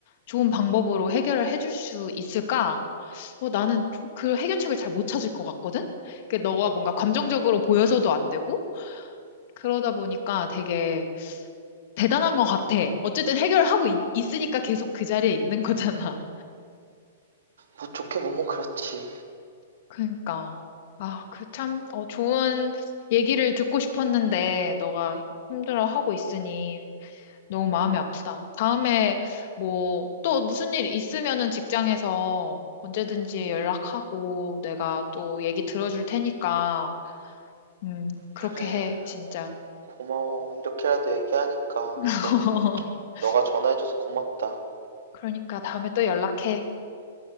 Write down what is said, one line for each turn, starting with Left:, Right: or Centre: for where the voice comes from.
Left: 좋은 방법으로 해결을 해줄 수 있을까? 어, 나는 좀 그 해결책을 잘 못 찾을 것 같거든? 그 너가 뭔가 감정적으로 보여서도 안 되고 그러다 보니까 되게 대단한 것 같아. 어쨌든 해결을 하고 있, 있으니까 계속 그 자리에 있는 거잖아.
Right: 뭐 좋게 보면 그렇지.
Left: 그니까. 아, 그 참, 어, 좋은 얘기를 듣고 싶었는데, 너가 힘들어하고 있으니 너무 마음이 아프다. 다음에 뭐, 또 무슨 일 있으면은 직장에서 언제든지 연락하고 내가 또 얘기 들어줄 테니까, 음, 그렇게
Right: 그래,
Left: 해, 진짜.
Right: 고마워. 이렇게라도 얘기하니까
Left: <laughs>
Right: 좀 너가 전화해줘서 고맙다.
Left: 그러니까 다음에 또 연락해.